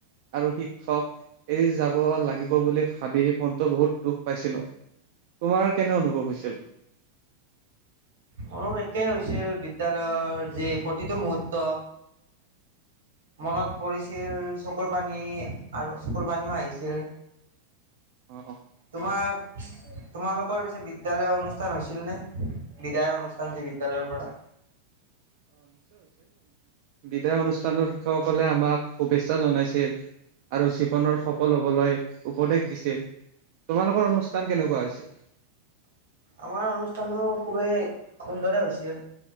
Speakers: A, on the right; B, on the right.
A: আৰু শিক্ষক এৰি যাব লাগিব বুলি ভাবি মনটো বহুত দুখ পাইছিলো তোমাৰ কেনে অনুভৱ হৈছিল
B: মোৰো একেই হৈছিল বিদ্যয়ালয়ৰ যি প্ৰতিটো মুহূুৰৰ্ত মনত পৰিছিল চকুৰ পানী আৰু চকুৰ পানীও আহিছিল
A: অ
B: তোমাৰ তোমালোকৰ পিছে বিদ্যালয় অনুষ্ঠান হৈছিল নে বিদায় অনুষ্ঠান সঞ্জী বিদ্যালয়ৰ পৰাঢ়া
A: বিদ্যয়া অনুষ্ঠানৰ শিক্ষকসকলে আমাক শুভেচ্ছা জনাইছিল আৰু জীৱনৰ সফল হবলৈ উপদেশ দিছিল তোমালোকৰ অনুষ্ঠান কেনেকুৱা হৈছিল
B: আমাৰ অনুষ্ঠানো খুবেই সুন্দৰে হৈছিল